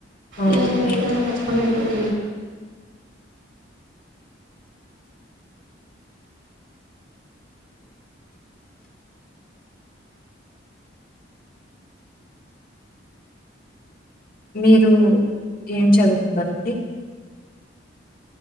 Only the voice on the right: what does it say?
లేదంటడి చాలా కష్టమ అవుతుంది